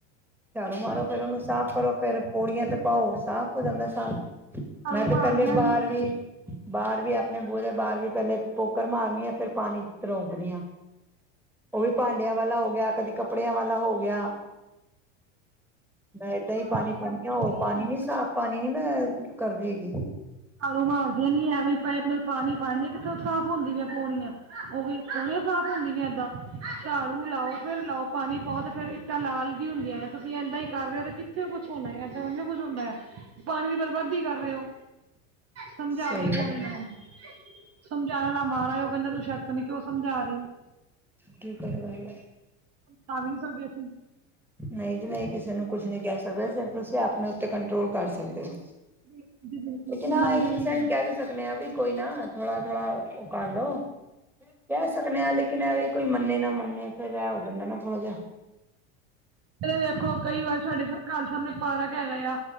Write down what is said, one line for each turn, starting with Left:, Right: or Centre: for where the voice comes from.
Centre: ਝਾੜੂ ਮਾਰੋ ਫੇਰ ਉਹਨੂੰ ਸਾਫ਼ ਕਰੋ ਫਿਰ। ਪੌੜੀਆਂ ਤੇ ਪਾਓ ਸਾਫ਼ ਹੋ ਜਾਂਦਾ ਸਾਂ।
Right: ਝਾੜੂ
Centre: ਮੈਂ ਤੇ ਪਹਿਲੇ
Right: ਮਾਰਦੀਆਂ
Centre: ਬਾਹਾਰ
Right: ਨੀ ਹੈ
Centre: ਵੀ। ਬਾਹਰ ਵੀ ਆਪਣੇ ਬੂ ਦੇ ਬਾਹਰ ਵੀ ਪਹਿਲੇ ਪੋਕਰ ਮਾਰਨੀ ਆ। ਫੇਰ ਪਾਣੀ ਤਰੋਂਕਣੀ ਆ। ਉਹ ਵੀ ਭਾਂਡਿਆਂ ਵਾਲਾ ਹੋ ਗਿਆ। ਕਦੀ ਕੱਪੜਿਆਂ ਵਾਲਾ ਹੋ ਗਿਆ। ਮੈਂ ਏਦਾਂ ਹੀ
Right: ਝਾੜੂ
Centre: ਪਾਣੀ
Right: ਮਾਰਦੀਆਂ
Centre: ਪਾਣੀ ਹ ਹੋਰ ਪਾਣੀ
Right: ਹੈ
Centre: ਨੀ ਸਾਫ਼ ਪਾਣੀ ਨੀ। ਮੈਂ ਕਰਦੀ ਹੈਗੀ।
Right: ਹਾਰੂ ਮਾਰਦੀਆਂ ਨੀ ਐਵੇਂ ਪਾਈਪ ਨਾਲ ਪਾਣੀ ਪਾਣੀ ਕਿੱਥੋਂ ਸਾਫ਼ ਹੁੰਦੀਆਂ ਪੌਣੀਆਂ ਉਹ ਵੀ। ਪੋਣੀਆਂ ਸਾਫ਼ ਹੁੰਦੀਆਂ ਏਦਾਂ। ਝਾੜੂ ਲਾਓ ਫੇਰ ਲਾਓ। ਪਾਣੀ ਪਾਓ ਤੇ ਫੇਰ ਤਾਂ ਲਾਲ ਦੀ ਵੀ ਹੁੰਦੀਆਂ ਹੈ। ਤੁਸੀਂ ਇੱਦਾਂ ਹੀ ਕਰ ਰਹੇ ਹੋ। ਕਿੱਥੇ ਕੁਛ ਹੋਣਾ ਹੈ। ਇੱਦਾਂ ਕੁਛ ਹੁੰਦਾ ਆ। ਪਾਣੀ ਦੀ ਬਰਬਾਦੀ ਕਰ ਰਹੇ ਹੋ। ਸਮਝਾਵੇ
Centre: ਸਹੀ
Right: ਕੋਣ
Centre: ਗੱਲ
Right: ਇਹਨਾ
Centre: ਹੈ
Right: ਨੂੰ ਸਮਝਾਣ ਨਾ ਮਾਰਾ ਉਹ ਕਹਿੰਦਾ ਤੂੰ ਛੱਡ ਪਰੇ ਕਿਉਂ ਸਮਝਾ ਰਹੇ ਹੋ
Centre: ਠੀਕ ਤਹੀ।
Right: ਤਾ ਵੀ ਨਹੀਂ ਸਕਦੇ ਅਸੀਂ।
Centre: ਨਹੀਂ ਜੀ ਨਹੀਂ ਕਿਸੇ ਨੂੰ ਕੁਛ ਨਹੀਂ ਕਹਿ ਸਕਦੇ। ਫਿਰ ਤੁਸੀਂ ਆਪਣੇ ਉੱਤੇ ਕੰਟਰੋਲ ਕਰ ਸਕਦੇ ਆ।
Right: ਬਿਲਕੁਲ ਜੀ ਬਿਲਕੁਲ
Centre: ਲੇਕਨ ਹ
Right: ਮੰਨਦੇ
Centre: ਇੱਕ ਪ੍ਸੈਂਟ
Right: ਨੀ ਆ
Centre: ਕ ਵੀ। ਸਕਦੇ ਹਾਂ। ਵੀ ਕੋਈ ਨਾ ਥੋੜਾ ਥੋੜਾ ਉਹ ਕਰ ਲੋ। ਕਹਿ ਸਕਦੇ ਹਾਂ। ਲੇਕਿਨ ਇਹ ਵੀ ਕੋਈ ਮੰਨੇ ਨਾ ਮੰਨੇ ਫਿਰ ਇਹ ਹੋ ਜਾਂਦਾ ਨਾ ਥੋੜਾ ਜਿਹਾ।
Right: ਵੇਖੋ ਕਈ ਵਾਰ ਸਾਡੇ ਘਰ ਸਾਹਮਣੇ ਪਾਰ ਕੇ ਹੈਗਾ ਆ।